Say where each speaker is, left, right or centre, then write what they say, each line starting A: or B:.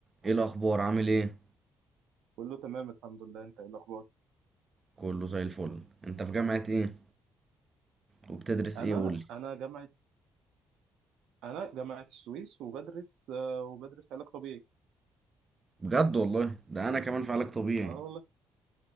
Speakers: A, on the right; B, on the right.
A: ايه الاخبار عامل ايه
B: كله تمام الحمد لله انت ايه الاخبار
A: كله زي الفل انت في جامعة ايه وبتدرس
B: انا
A: ايه قولي
B: انا جامعه انا جامعه السويس وبدرس آه، وبدرس علاج طبيعي
A: بجد والله ده انا كمان في علاج طبيعي
B: اه والله